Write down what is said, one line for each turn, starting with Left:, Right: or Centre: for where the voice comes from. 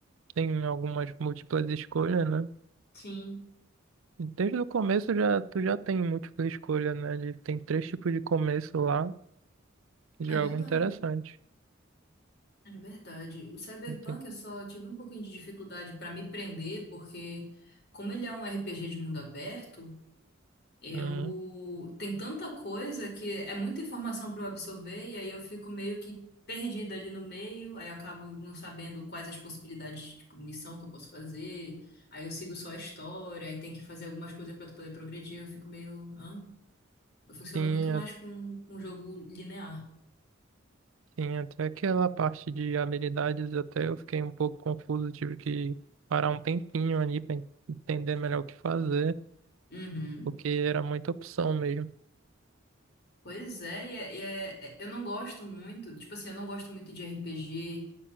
Right: tem algumas múltiplas escolhas, né?
Left: Sim,
Right: Desde o começo já, tu já tem múltipla escolha, né? De- tem três tipos de começo lá, de
Left: é verdade.
Right: algo interessante.
Left: É verdade. O Cyberpunk
Right: E tem-
Left: eu só tive um pouquinho de dificuldade pra me prender, porque como ele é um RPG de mundo aberto, Eu
Right: Uhum.
Left: tem tanta coisa que é muita informação para eu absorver e aí eu fico meio que perdida ali no meio, aí eu acabo não sabendo quais as possibilidades, tipo, missão que eu posso fazer. Aí eu sigo só a história, aí tem que fazer algumas coisas para tu poder progredir, eu fico meio, hã? Eu funciono
Right: Tinha,
Left: muito mais com um jogo linear.
Right: tinha até aquela parte de habilidades, até eu fiquei um pouco confuso, tive que parar um tempinho ali para entender melhor o que fazer,
Left: Uhum.
Right: porque era muita opção mesmo.
Left: Pois é, e, é, e é- é- eu não gosto muito, tipo assim, eu não gosto muito de RPG,